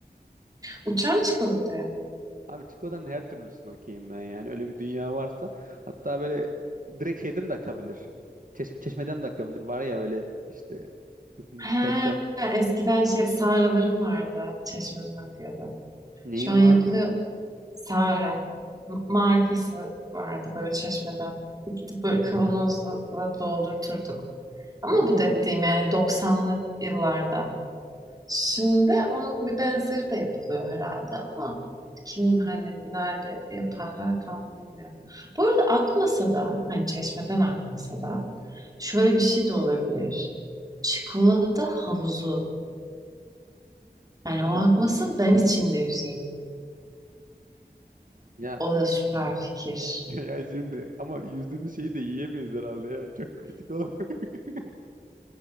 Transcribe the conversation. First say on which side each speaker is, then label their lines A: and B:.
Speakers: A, on the right; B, on the right.
A: Uçan çikolataya mı?
B: Abi çikolatanın her türlüsünü okeyim ben yani. Öyle bir dünya varsa. Hatta böyle direkt şeyden de akabilir. Çeş- çeşmeden de akabilir. Var ya öyle işte <laughs> hmm,
A: He,
B: birkaç tane
A: eskiden şey sağralarım vardı. Çeşmeden akıyordu.
B: neyim
A: Şu an
B: vardı?
A: yapılıyor Sara m- markası vardı böyle çeşmeden. Gidip böyle kavanozla doldurturduk. Ama
B: Allah
A: bu dediğim
B: Allah.
A: yani doksanlı yıllarda. Şimdi onun bir benzeri de yapılıyor herhalde ama kim hani nerede yaparlar tam bilmiyorum. Bu arada akmasa da hani çeşmeden akmasa da şöyle bir şey de olabilir. Çikolata havuzu.
B: Bota
A: Yani o
B: havuz.
A: akmasın ben içinde yüzeyim.
B: Ya,
A: O da süper fikir.
B: <laughs> ya şimdi ama yüzdüğümüz şeyi de yiyemeyiz herhalde ya. Çok etik olarak. <laughs>